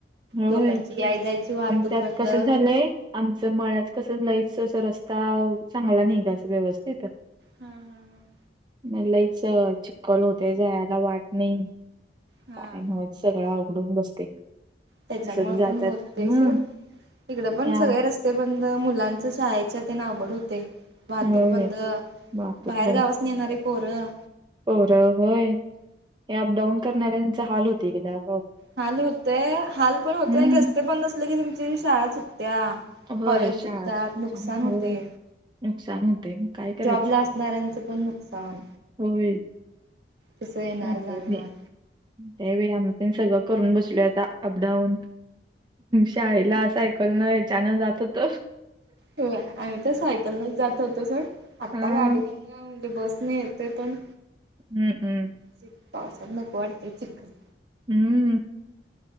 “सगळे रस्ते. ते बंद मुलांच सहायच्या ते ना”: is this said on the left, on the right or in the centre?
Right